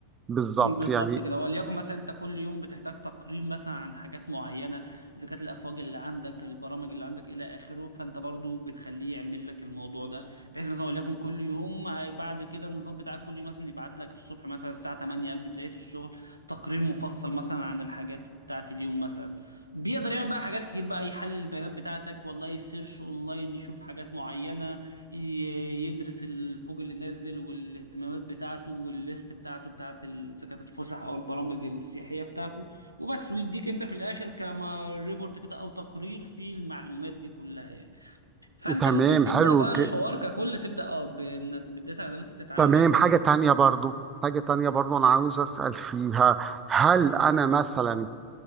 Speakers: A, on the right (about 20°); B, on the right (about 90°).
A: بالظبط
B: مم، بالظبط
A: يعني
B: كده وليكن مثلا انت كل يوم بتحتاج تقرير مثلا عن حاجات معينه اذا كانت الافواج اللي عندك البرامج اللي عندك الى اخره فانت برضو بتخليه يعمل لك الموضوع ده بحيث مثلا وليكن كل يوم هي- بعد كده النظام بتاعك كل يوم مثلا يبعت لك الصبح مثلا الساعه 8 قبل بدايه الشغل تقرير مفصل مثلا عن الحاجات بتاعت اليوم مثلا بيقدر يعمل بقى حاجات كتير بقى يحلل البيانات بتاعتك والله يسيرش اونلاين يشوف حاجات معينه ي- يدرس الفوج اللي نازل والاهتمامات بتاعته والليست بتاعته بتاعت ال- اذا كانت الفسح او البرامج السياحيه بتاعته وبس ويديك انت في الاخر كما ريبورت كده او تقرير فيه المعلومات دي كلها يعني فانت
A: تمام
B: ممكن تبدا
A: حلو
B: بقى الحوار
A: ك-
B: ككل تبدا اه بانك بالداتا اناليسيس تتعلمها
A: تمام
B: كويس
A: حاجة تانية برضو حاجة
B: م-
A: تانية برضو أنا عاوز أسأل فيها هل أنا مثلا